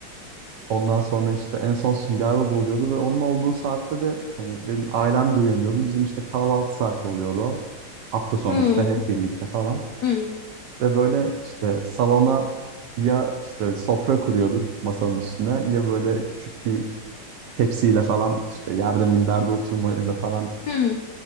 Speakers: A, on the right (about 70°); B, on the left (about 80°).
A: Ondan sonra işte en son Sünger Bob oluyordu ve onun olduğu saatte de hani benim ailem de uyanıyordu. Bizim işte kahvaltı saati oluyordu. o. Hafta sonu
B: Hı.
A: işte hep birlikte falan.
B: Hı.
A: Ve böyle işte salona ya işte sofra kuruyorduk masanın üstüne ya böyle küçük bir tepsiyle falan işte yerde minderde oturmayla falan
B: Hı.